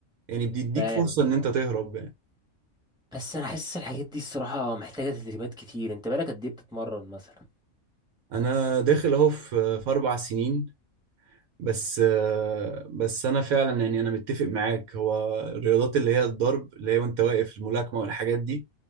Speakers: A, on the right; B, in the centre.
A: يعني بيديك
B: فاهم
A: فرصة ان انت تهرب يعني
B: بس انا حاسس الحاجات دي الصراحة محتاجة تدريبات كتير انت بالك قد ايه بتتمرن مثلا
A: انا داخل اهو في في اربع سنين بس بس انا فعلا يعني انا متفق معاك هو الرياضات اللي هي الضرب اللي هي وانت واقف الملاكمه والحاجات دي